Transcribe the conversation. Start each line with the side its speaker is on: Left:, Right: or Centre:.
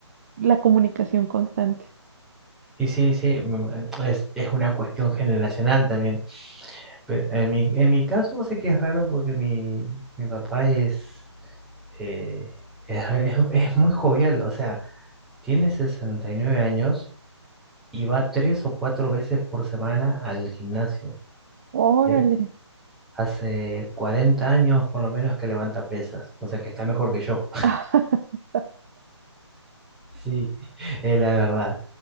Right: la comunicación constante.
Centre: Y sí, sí, mm, eh, es, es una cuestión generacional también. Pero en mi, en mi caso sé que es raro porque mi, mi papá es, eh, es, re- <laughs> es muy jovial, o sea, tiene 69 años y va tres o cuatro veces por semana al gimnasio.
Right: Órale.
Centre: Le- hace 40 años por lo menos que levanta pesas, o sea que está mejor que yo.
Right: <laughs>
Centre: Sí, <laughs> es la verdad.